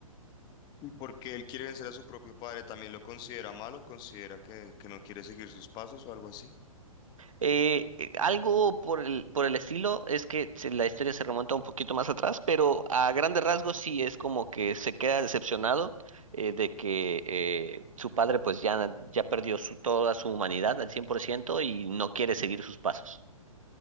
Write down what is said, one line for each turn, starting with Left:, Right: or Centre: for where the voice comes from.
Left: Y porque él quiere vencer a su propio padre, ¿también lo considera malo? ¿Considera que, que no quiere seguir sus pasos o algo así?
Right: Eh, eh, algo por el, por el estilo es que se- la historia se remonta un poquito más atrás, pero a grandes rasgos sí es como que se queda decepcionado eh, de que eh, su padre pues ya, ya perdió su, toda su humanidad al 100% y no quiere seguir sus pasos.